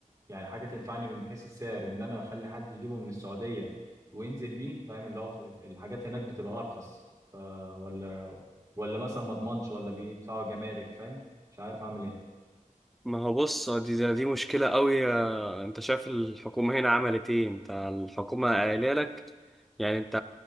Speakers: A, on the right (about 25°); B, in the centre.
A: يعني حاجة تنفعني من حيث السعر ان انا اخلي حد يجيبه من السعودية وينزل بيه فاهم اللي هو في- الحاجات هناك بتبقى ارخص آه، ولا ولا مثلا ما اضمنش ولا بيدفعوا جمارك فاهم مش عارف اعمل ايه
B: ما هو بص دي دي دي مشكلة قوي آه، انت شايف الحكومة هنا عملت ايه انت الحكومة قايله لك يعني انت